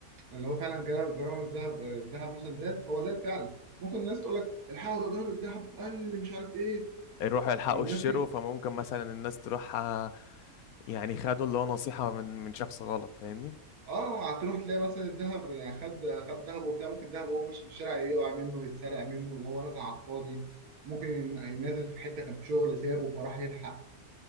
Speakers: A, on the right (about 80°); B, on the left (about 80°).
A: اللي هو فعلا جرام جرام الذهب الذهب مثلا زاد فهو زاد فعلا ممكن الناس تقول لك الحقوا ده جرام الذهب قل مش عارف ايه
B: يروحوا يلحقوا
A: فالناس
B: الشرو
A: تيجي
B: فممكن مثلا الناس تروح آه، يعني خدوا اللي هو نصيحة من من شخص غلط فاهمني
A: اه هتروح تلاقي مثلا الذهب يعني خد خد ذهب وبتاع ممكن الذهب وهو ماشي في الشارع يقع منه يتسرق منه وهو نازل على الفاضي ممكن نازل في حته كان في شغل سابه فراح يلحق